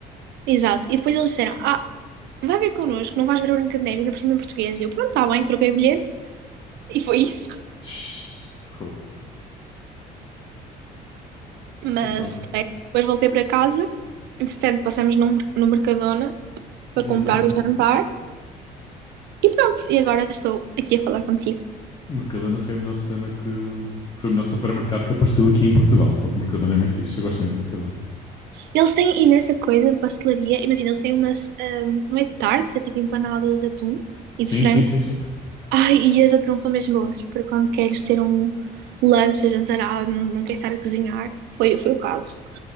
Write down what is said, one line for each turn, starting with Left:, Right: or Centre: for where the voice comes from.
Right: exato. E depois eles disseram, ah, vai ver connosco, não vais ver a Branca de Neve, ainda por cima em português. E eu, pronto, está bem, troquei o bilhete, e foi isso.
Left: Tch, Fogo.
Right: Mas,
Left: Oh, pronto.
Right: bem, depois voltei para casa, entretanto passamos no, no Mercadona para
Left: Uhum.
Right: comprar o jantar. E pronto, e agora estou aqui a falar contigo.
Left: Mercadona foi a melhor cena que... Foi o melhor supermercado que apareceu aqui em Portugal. Fogo, Mercadona é muito fixe. Eu gosto muito do Mercadona.
Right: Eles têm imensa coisa de pastelaria. Imagina, eles têm umas. ahm, não é tartes, é tipo empanadas de atum e
Left: Sim,
Right: de frango.
Left: sim, sim, sim.
Right: Ai, e as de atum são mesmo boas. Para quando queres ter um lanche, jantarado, não, não queres estar a cozinhar. Foi, foi o caso.